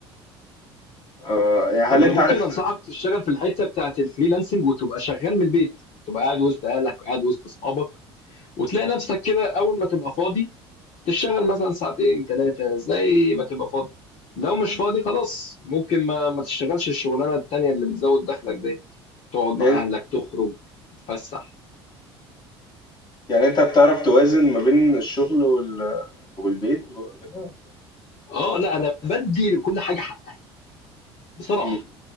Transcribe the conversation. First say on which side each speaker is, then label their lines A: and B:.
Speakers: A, on the left (about 35°); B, on the left (about 55°).
A: آه يعني
B: طب
A: هل
B: ما
A: انت
B: انا ممكن
A: عارف
B: انصحك تشتغل في الحته بتاعت الفريلانسنج وتبقى شغال من البيت تبقى قاعد وسط اهلك قاعد وسط اصحابك وتلاقي نفسك كده اول ما تبقى فاضي تشتغل مثلا ساعتين ثلاثه زي ما تبقى فاضي لو مش فاضي خلاص ممكن ما, ما تشتغلش الشغلانه التانيه اللي بتزود دخلك دي تقعد مع
A: يعني
B: اهلك تخرج تتفسح
A: يعني انت بتعرف توازن ما بين الشغل وال... والبيت وكده
B: اه لا انا بدي لكل حاجه حقها بصراحه
A: امم